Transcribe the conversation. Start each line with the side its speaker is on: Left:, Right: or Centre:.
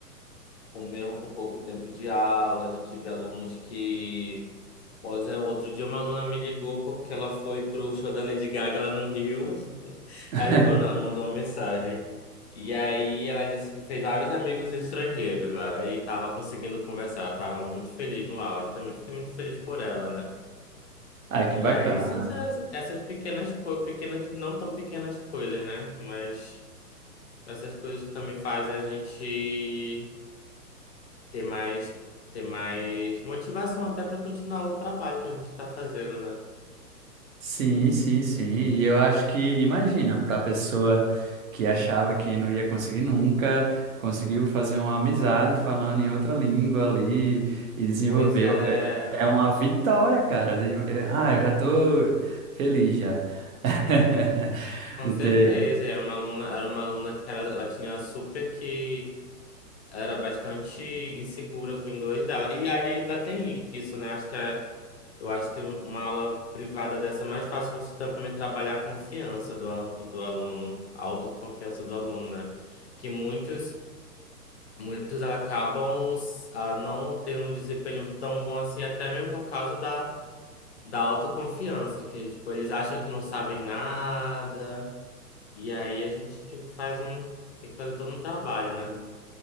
Left: Ou mesmo com pouco tempo de aula. Já tive alunos que Pois é, outro dia uma aluna me ligou porque ela foi pro show da Lady Gaga lá no Rio. <laughs>
Right: <laughs>
Left: Aí ligou não, ela mandou uma mensagem. E aí ela disse que fez vários amigos estrangeiros lá e tava conseguindo conversar. Ela tava muito feliz no áudio, também fiquei muito feliz por ela, né?
Right: Ai, que
Left: E
Right: bacana.
Left: aí são essas, essas pequenas coisas, pequenas, não tão pequenas coisas, né? Mas são essas coisas que também fazem a gente ter mais, ter mais motivação até para continuar o trabalho que a gente está fazendo, né?
Right: Sim, sim, sim. E eu acho que, imagina, para a pessoa que achava que não ia conseguir nunca, conseguiu fazer uma amizade falando em outra língua ali e desenvolveu.
Left: Pois é.
Right: É, é uma vitória, cara. De- é, Ah, eu já tô feliz já. <laughs>
Left: Com
Right: De
Left: certeza,
Right: ter.
Left: e era uma aluna, era uma aluna que era, ela tinha super que ela era bastante insegura com o inglês dela. E aí ainda tem isso, né? Acho que é, eu acho que uma aula privada dessa é mais fácil você também trabalhar a confiança do, al- do aluno, a autoconfiança do aluno, né? Que muitos muitos acabam ah, não tendo um desempenho tão bom assim, até mesmo por causa da, da autoconfiança, que tipo, eles acham que não sabem nada. E aí a gente faz um. Tem que fazer todo um trabalho, né?